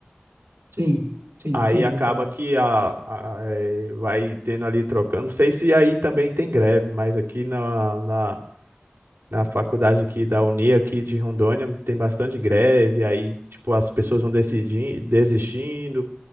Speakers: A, on the right (about 85°); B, on the right (about 70°).
A: Sim, sim,
B: Aí
A: pública.
B: acaba que a, a- é, vai tendo ali trocando. Não sei se aí também tem greve, mas aqui na, na, na faculdade aqui da Uni, aqui de Rondônia, tem bastante greve. Aí, tipo, as pessoas vão decidindo, desistindo